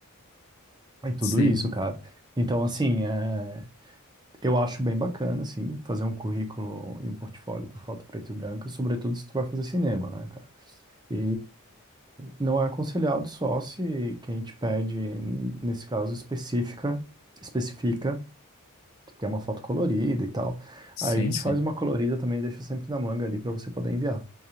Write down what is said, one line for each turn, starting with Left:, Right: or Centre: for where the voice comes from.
Right: e tudo
Left: Sim,
Right: isso, cara. Então, assim, é, eu acho bem bacana, assim, fazer um currículo e um portfólio com foto preto e branco, sobretudo se tu vai fazer cinema, né, cara? E não é aconselhado só se quem te pede, nesse caso, específica, especifica que é uma foto colorida e tal.
Left: sim,
Right: Aí a gente
Left: sim.
Right: faz uma colorida também e deixa sempre na manga ali pra você poder enviar.